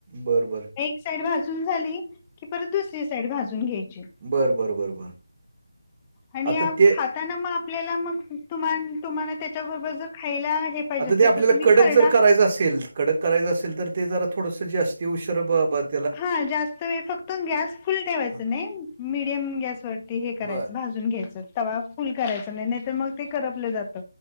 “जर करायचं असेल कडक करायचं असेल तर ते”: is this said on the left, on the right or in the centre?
Right